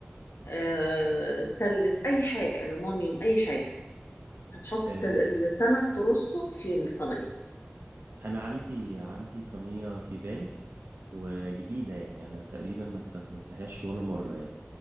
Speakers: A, on the left; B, on the right.
A: آه، ستانلس أي حاجة ألومنيوم أي حاجة هتحط
B: آه
A: الت- السمك ترصه في الصينية
B: انا عندي عندي صينية تيفال وجديدة يعني انا تقريبا ما استخدمتهاش ولا مرة يعني